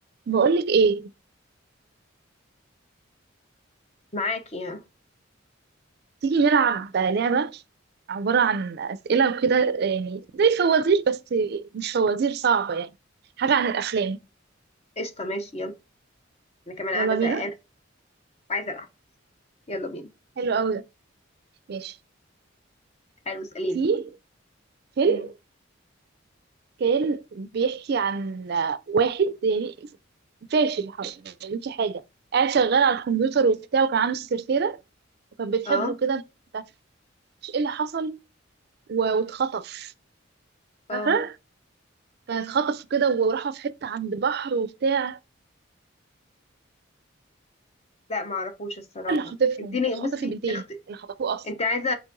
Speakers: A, on the right; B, on the left.
A: بقولك ايه
B: معاكي
A: تيجي نلعب لعبة عبارة عن أسئلة وكده يعني زي فوازير بس مش فوازير صعبة يعني حاجة عن الأفلام
B: قشطة ماشي يلا أنا كمان قاعدة
A: يلا
B: زهقانة
A: بينا
B: وعايزة ألعب يلا بينا
A: حلو قوي ده ماشي
B: حلو اسأليني
A: في فيلم
B: مم.
A: كان بيحكي عن واحد يعني فاشل حرفيا ما بيعملش حاجة قاعد شغال على الكمبيوتر وبتاع وكان عنده سكرتيرة وكانت بتحبه
B: اه
A: كده ما تعرفش ايه اللي حصل و- واتخطف
B: اه
A: فاكرة؟ كان اتخطف كده وراحوا في حتة عند بحر وبتاع
B: لا معرفوش الصراحة
A: اللي خاطفهم
B: اديني
A: خاطف
B: بصي
A: البنتين
B: اخت...
A: اللي خطفوه اصلا
B: انت عايزة